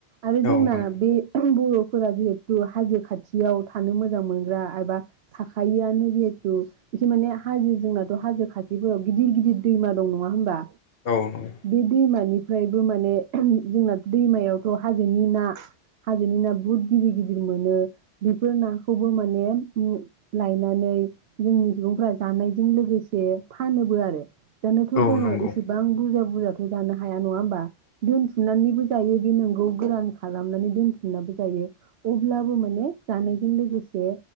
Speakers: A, on the right; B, on the left.
A: आरो
B: औ
A: जोंना
B: नंगौ
A: बे बर'फोरा जिहेथु हाजो खाथियाव थानो मोजां मोनग्रा एबा थाखायोआनो जिहेथु बेसोर माने हाजो जोंनाथ' हाजो खाथिफोराव गिदिर गिदिर दैमा दं नङा होमबा
B: औ नंगौ
A: बे दैमानि बेफोरबादि माने जोंनाथ' दैमायावथ' हाजोनि ना हाजोनि ना बहुत गिदिर गिदिर मोनो बेफोर नाखौबो माने लायनानै जोंनि सुबुंफोरा जानायजों लोगोसे फानोबो बो आरो जानोथ'
B: औ
A: जोङो
B: नंगौ
A: इसेबां बुरजा बुरजाथ' जानो हाया नङा होनबा दोनथुमनानैबो जायो नोंगौ गोरान खालामनानै दोनथुमनाबो जायो अब्लाबो माने जानायजों लोगोसे